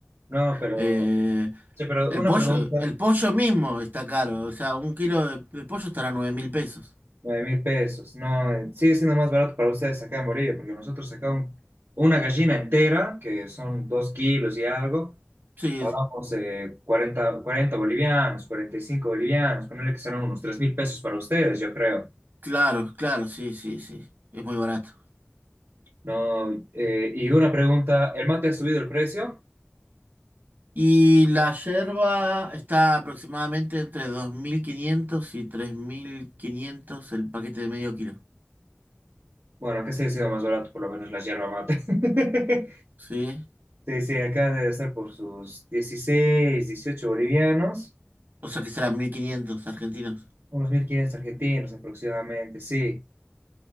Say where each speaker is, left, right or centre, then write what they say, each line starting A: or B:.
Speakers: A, on the right; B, on the right.
A: No, pero,
B: Eh,
A: sí, pero
B: el
A: una
B: pollo,
A: pregunta.
B: el pollo mismo está caro. O sea, un kilo de, de pollo estará nueve mil pesos.
A: Nueve mil pesos. No, eh, sigue siendo más barato para ustedes acá en Bolivia, porque nosotros sacamos una gallina entera, que son dos kilos y algo,
B: Sí,
A: pagamos eh, 40, 40 bolivianos, 45 bolivianos, ponerle que serán unos tres mil pesos para ustedes, yo creo.
B: Claro, claro, sí, sí, sí. Es muy barato.
A: No, eh, y una pregunta, ¿el mate ha subido el precio?
B: Y la yerba está aproximadamente entre 2.500 y 3.500 el paquete de medio kilo.
A: Bueno, acá sí ha sido más barato, por lo menos la yerba mate. <laughs>
B: ¿Sí?
A: Sí, sí, acá debe estar por sus 16 18 bolivianos,
B: O sea que serán 1.500 argentinos.
A: unos 1.500 argentinos aproximadamente, sí.